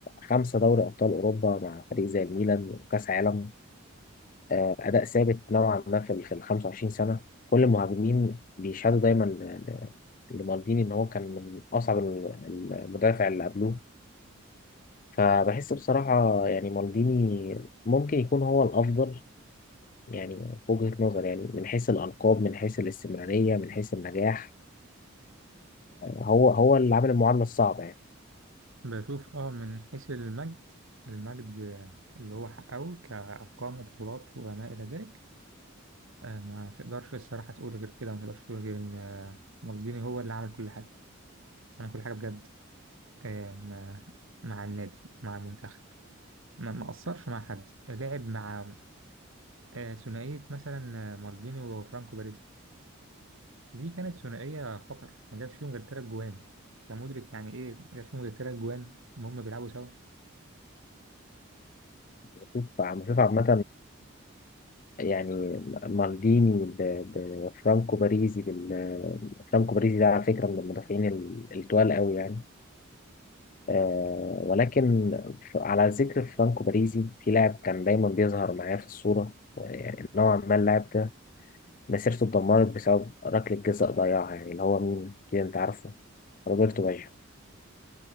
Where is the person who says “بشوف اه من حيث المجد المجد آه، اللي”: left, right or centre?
Right